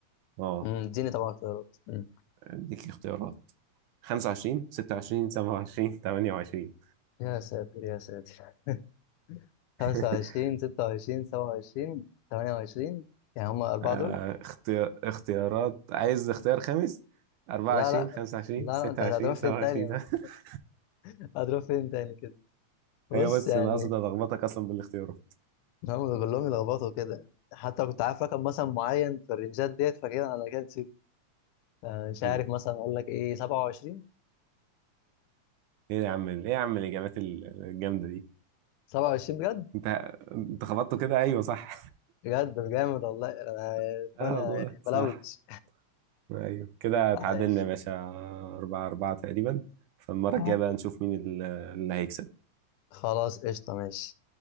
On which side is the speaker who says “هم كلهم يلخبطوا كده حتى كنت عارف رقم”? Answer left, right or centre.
Left